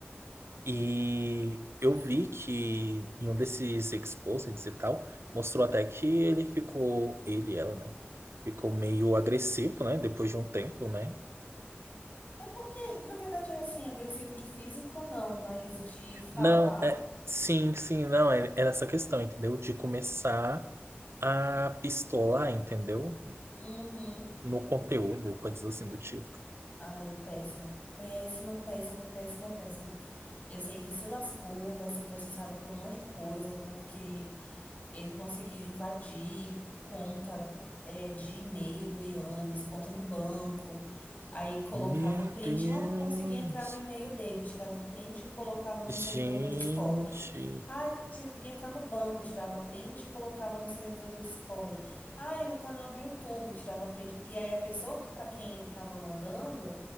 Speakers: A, on the right; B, on the left.
A: E eu vi que em um desses exposits e tal, mostrou até que ele ficou, ele, ela, né? Ficou meio agressivo, né? Depois de um tempo, né?
B: É porque, na verdade, é, assim, agressivo de físico não, mas de falar.
A: Não, é, sim, sim, não, é, é essa questão, entendeu? De começar a pistolar, entendeu?
B: Uhum.
A: No conteúdo, coisas assim do tipo.
B: Ai, péssimo. Péssimo, péssimo, péssimo, péssimo. Eu sei que se lascou, vai ser processado por um monte de coisa, porque Ele conseguiu invadir conta é, de e-mail do Yannis, conta do banco. Aí colocava
A: Meu
B: o print.
A: Deus!
B: Ah, eu consegui entrar no e-mail dele. Tirava o print e colocava no servidor
A: Gente!
B: do Discord. Ah, eu consegui entrar no banco. Tirava print e colocava no servidor do Discord. Ah, e o canal do YouTube. Tirava print. E aí a pessoa que para quem estava mandando